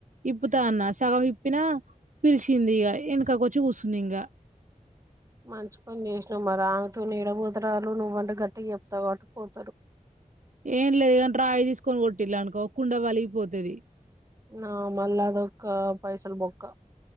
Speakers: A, on the right (about 60°); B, on the right (about 20°).
A: ఇప్పుతా అన్న సగం ఇప్పినా, పిలిచింది ఇగా వెనకాక వచ్చి కూర్స్తుంది ఇంకా
B: మంచి పని చేసినావు మరి ఆమెతోని ఎ డబూతరాలు నువ్వంటే గట్టిగా చెప్తాతావు కాబట్టి పోతారు.
A: ఏం లేదు కానీ రాయి తీసుకొని కొట్టిలా అనుకో కుండా వలిగిపోతది.
B: ఆ మళ్ళా అదొక్క పైసలు బొక్క